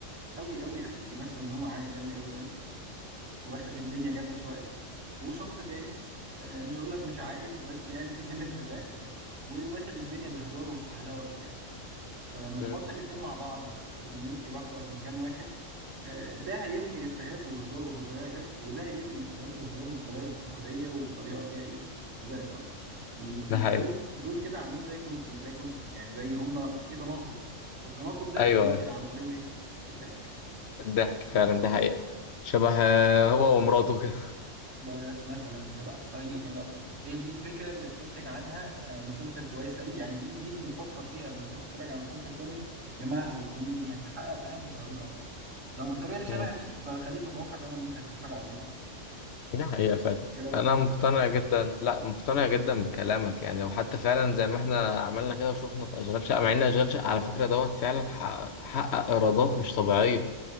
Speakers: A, on the right (about 75°); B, on the left (about 65°).
A: أوي أوي أوي يمثل إن هو عاقل أوي أوي أوي واخد الدنيا جد شوية وشخص تاني آه، مش هقول لك مش عاقل بس يعني في سنة غباء وواخد الدنيا بهزار وبفهلوة شوية فلما
B: مم.
A: تحط الاتنين مع بعض في كوميونتي واحدة وفي مكان واحد آه، ده هيرمي إفيهاته وهزاره بطريقة جد وده هيرمي إفيهاته وهزاره بطريقة بسخرية وبطريقة فيها إيه غباء شوية ال- ال-
B: ده حقيقي
A: دول دول كده عاملين زي كنت زي كونترست يعني زي هما في تناقض فالتناقض ده
B: ايوه
A: بينتج عن طريقه إيه الضحك
B: الضحك فعلا ده حقيقه شبه آه، هو ومراته كده
A: بس مثلا كده هي كده هي دي الفكرة اللي بتنتج عنها آه، مسلسل كويس قوي يعني دي دي اللي تفكر فيها قبل ما تخش تتفرج على مسلسل كوميدي يا جماعة هو الكوميديا دي هتتحقق بأنهي طريقة لو بالطريقه اللي شبه
B: مم.
A: دي فخليك متوقع طبعا ان انت هتشوف حاجه عظيمه
B: ده حقيقه فعلا
A: ايه رايك
B: انا
A: في
B: مقتنع
A: الكلام ده؟
B: جدا لا مقتنع جدا بكلامك يعني وحتى فعلا زي ما احنا عملنا كده وشفنا في اشغال شقه مع ان اشغال شقه على فكره دوت فعلا حقق حقق ايرادات مش طبيعيه